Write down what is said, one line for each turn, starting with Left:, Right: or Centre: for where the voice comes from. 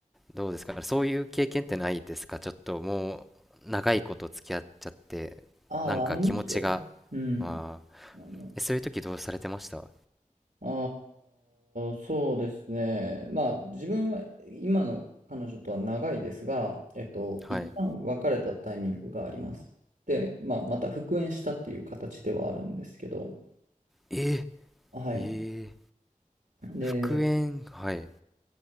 Centre: どうですかそういう経験ってないですかちょっともう長いこと付き合っちゃってなんか気持ちが
Right: ああ、ありますよ。うん。
Centre: あー
Right: あの
Centre: えそういう時どうされてました
Right: ああ、そうですね。まあ、自分は今の彼女とは長いですが、えっと、
Centre: はい
Right: 一旦別れたタイミングがあります。で、まあ、また復縁したっていう形ではあるんですけど、
Centre: え
Right: はい。
Centre: えー、
Right: で、
Centre: 復縁はい